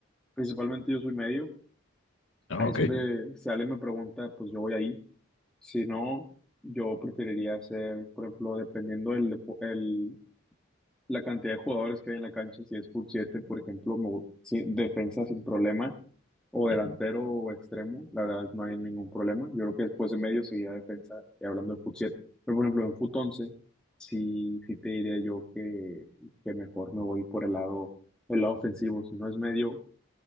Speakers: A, in the centre; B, on the left.
A: principalmente yo soy medio.
B: Ah,
A: Ahí
B: ok.
A: es donde si alguien me pregunta, pues yo voy ahí. Si no, yo preferiría hacer, por ejemplo, dependiendo del, la cantidad de jugadores que hay en la cancha, si es fut 7 por ejemplo, me gu- sí, defensa sin problema, o delantero
B: Ujú.
A: o extremo, la verdad no hay ningún problema. Yo creo que después de medio seguía defensa, y hablando de fut siete Pero por ejemplo, en fut 11 sí, sí te diría yo que, que mejor me voy por el lado, el lado ofensivo. Si no es medio,